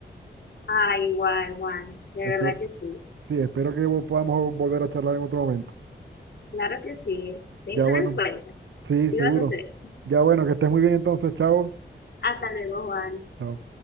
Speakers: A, on the left; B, on the right.
A: Ay, guay, Juan, de
B: Espero,
A: verdad que sí.
B: sí, espero que vo- podamos volver a charlar en otro momento.
A: Claro que sí. Tengan
B: Ya bueno,
A: en cuenta,
B: sí,
A: sí
B: seguro.
A: va a suceder.
B: Ya bueno, que estés muy bien entonces, chao.
A: Hasta luego, Juan.
B: Chao.